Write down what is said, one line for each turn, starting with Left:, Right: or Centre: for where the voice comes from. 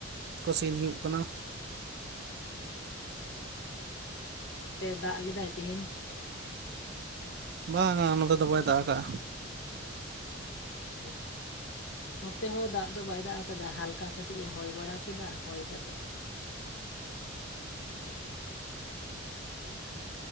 Right: ᱥᱤᱱ ᱦᱩᱭᱩᱜ
Left: ᱚ
Right: ᱠᱟᱱᱟ
Left: ᱚ ᱚᱱᱛᱮ ᱫᱟᱜ ᱞᱮᱫᱟᱭ ᱛᱤᱦᱤᱧ?
Right: ᱵᱟᱝ ᱟ ᱱᱚᱛᱮ ᱫᱚ ᱵᱟᱭ ᱫᱟᱜ ᱟᱠᱟᱜ-ᱟ᱾
Left: ᱚᱻ᱾ ᱱᱚᱛᱮ ᱦᱚᱸ ᱫᱟᱜ ᱫᱚ ᱵᱟᱭ ᱫᱟᱜ ᱠᱟᱫᱟ ᱦᱟᱞᱠᱟ ᱠᱟᱹᱴᱤᱡ ᱮ ᱦᱚᱭ ᱵᱟᱲᱟ ᱠᱮᱫᱟ ᱦᱚᱭ ᱠᱟᱛᱮᱜ ᱨᱤᱢᱤᱞ ᱮ ᱥᱟᱰᱮ ᱵᱟᱲᱟ ᱠᱮᱫ ᱛᱮ ᱟᱫᱚ ᱫᱟᱜ ᱫᱚ ᱵᱟᱭ ᱫᱟᱜ ᱞᱮᱫᱟ᱾